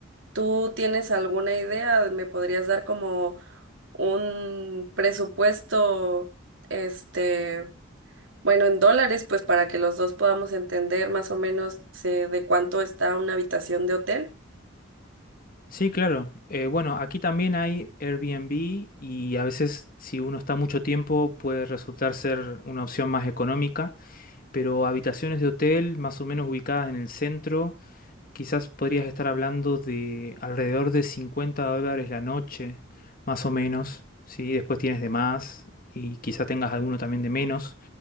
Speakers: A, on the right (about 75°); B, on the left (about 45°).
A: ¿Tú tienes alguna idea? ¿Me podrías dar como un presupuesto, este, bueno, en dólares, pues para que los dos podamos entender más o menos eh, de cuánto está una habitación de hotel?
B: Sí, claro. Eh, bueno, aquí también hay Airbnb y a veces si uno está mucho tiempo puede resultar ser una opción más económica. pero habitaciones de hotel más o menos ubicadas en el centro, quizás podrías estar hablando de alrededor de 50 dólares la noche, más o menos, ¿sí? Después tienes de más y quizás tengas alguno también de menos,